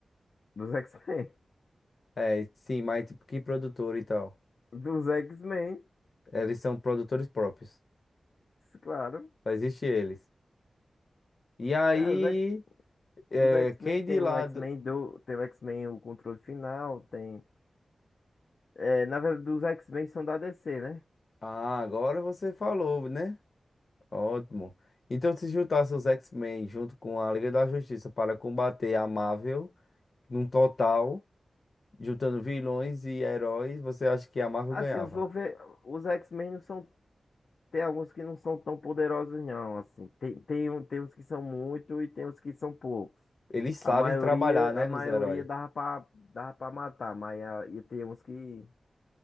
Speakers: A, on the left; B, on the left.
A: Dos X-Men.
B: É, sim, mas tipo, que produtor e tal?
A: <laughs> Dos X-Men.
B: Eles são produtores próprios.
A: Claro.
B: Só existe eles. E aí.
A: É, os X- os
B: É,
A: X-Men
B: quem
A: tem
B: de lado.
A: o X-Men do. Tem o X-Men o controle final. Tem. É, na verdade, os X-Men são da DC, né?
B: Ah, agora você falou, né? Ótimo. Então, se juntasse os X-Men junto com a Liga da Justiça para combater a Marvel, num total, juntando vilões e heróis, você acha que a Marvel
A: Assim,
B: ganhava?
A: os, Wolver... os X-Men não são. Tem alguns que não são tão poderosos, não. Assim, tem, tem, um- tem uns que são muito e tem uns que são poucos.
B: Eles sabem
A: A maioria,
B: trabalhar, né,
A: a maioria
B: nos heróis.
A: dava pra, dava pra matar, mas ah, e tem uns que,